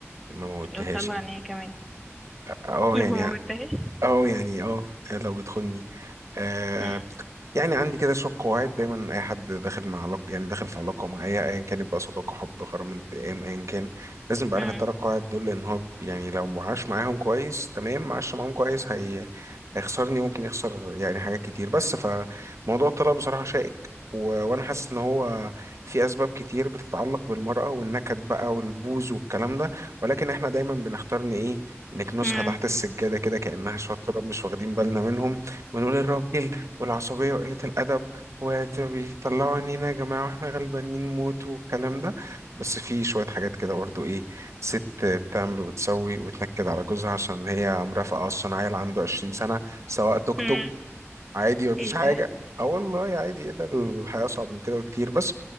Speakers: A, on the right (about 80°); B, in the centre.
A: ما موتهاش
B: وطلع
A: يعني
B: عينيا كمان
A: اه
B: لما
A: يعني
B: موتهاش
A: اه يعني اه لو بتخوني آه،
B: امم
A: يعني عندي كده شوية قواعد دايما أي حد داخل مع علاقة يعني داخل في علاقة معايا أيا كانت بقى صداقة حب غرام انتقام أيا كان لازم يبقى
B: امم
A: عارف التلات قواعد دول لأن هو يعني لو ما عاش معاهم كويس تمام ما عاش معاهم كويس هي هيخسرني ممكن يخسر يعني حاجات كتير بس فموضوع الطلاق بصراحة شائك و... وأنا حاسس إن هو في أسباب كتير بتتعلق بالمرأة والنكد بقى والبوز والكلام ده ولكن إحنا دايما بنختار إن إيه نكنسها
B: امم امم
A: تحت السجادة كده كأنها شوية تراب مش واخدين بالنا منهم ونقول الراجل والعصبية وقلة الأدب وبيطلعوا عينينا يا جماعة واحنا غلبانين موت والكلام ده بس في شوية حاجات كده برضو إيه ست بتعمل وبتسوي وتنكد على جوزها عشان هي مرافقة أصلا عيل عنده 20 سنة سواق توك
B: <laughs>
A: توك عادي مفيش
B: ايه
A: حاجة
B: ده
A: اه والله عادي ايه ده الحياة أصعب من كده بكتير بس